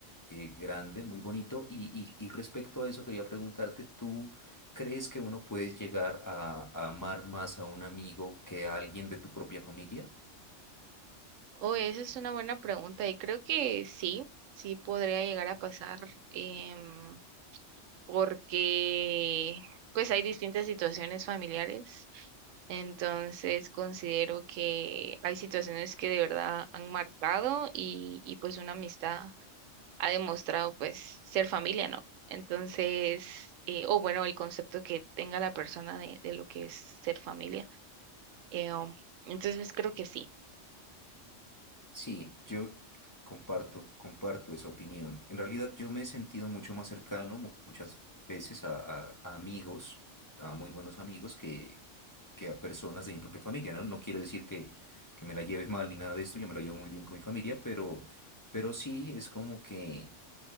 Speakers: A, on the left; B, on the right.
A: eh, grande, muy bonito. Y, y, y respecto a eso, quería preguntarte, ¿tú crees que uno puede llegar a, a amar más a un amigo que a alguien de tu propia familia?
B: Oh, esa es una buena pregunta y creo que sí, sí podría llegar a pasar em, porque pues hay distintas situaciones familiares. Entonces considero que hay situaciones que de verdad han marcado y, y pues una amistad ha demostrado pues ser familia, ¿no? Entonces, eh, o bueno, el concepto que tenga la persona de, de lo que es ser familia. Eh, um, entonces, pues, creo que sí.
A: Sí, yo comparto, comparto esa opinión. En realidad yo me he sentido mucho más cercano mu- muchas veces a, a- a amigos, a muy buenos amigos, que, que a personas de mi propia familia, ¿no? No quiere decir que, que me la lleves mal ni nada de esto, yo me la llevo muy bien con mi familia, pero, pero sí es como que,